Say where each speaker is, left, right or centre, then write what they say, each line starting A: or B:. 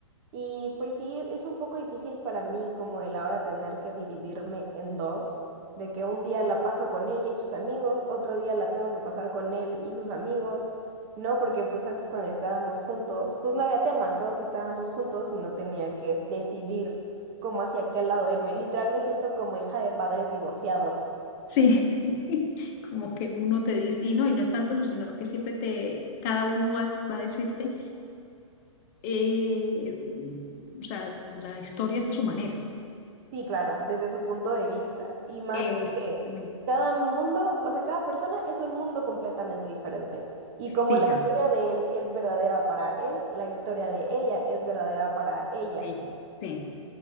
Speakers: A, on the right; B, on the left.
A: Y pues sí, es un poco difícil para mí como el ahora tener que dividirme en dos, de que un día la paso con ella y sus amigos, otro día la tengo que pasar con él y sus amigos, ¿no? Porque pues antes cuando estábamos juntos, pues no había tema, todos estábamos juntos y no tenía que decidir cómo hacia qué lado irme. Literal me siento como hija de padres divorciados.
B: Sí, <laughs> como que uno te dice, y no, y no es tanto eso, sino que siempre te, cada uno va, va a decirte, eh, o sea, la historia de su manera.
A: Sí, claro, desde su punto de vista. Y más
B: Exactamente.
A: porque cada mundo, o sea, cada persona es un mundo completamente diferente. Y como
B: Sí,
A: la
B: la
A: historia
B: verdad.
A: de él es verdadera para él, la historia de ella es verdadera para ella.
B: eh, Sí,